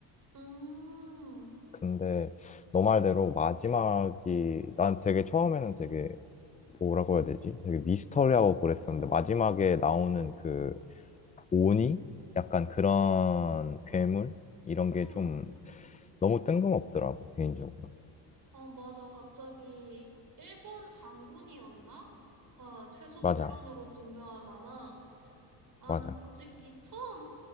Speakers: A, on the right; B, on the left.
A: 음,
B: 근데 너 말대로 마지막이 난 되게 처음에는 되게 뭐라고 해야 되지? 되게 미스터리하고 그랬었는데 마지막에 나오는 그 오니? 약간 그런 괴물? 이런 게
A: 응.
B: 좀 너무 뜬금없더라고 개인적으로.
A: 어, 맞아. 갑자기, 일본 장군이었나? 가 최종
B: 맞아,
A: 빌런으로 등장하잖아. 나는
B: 맞아.
A: 솔직히 처음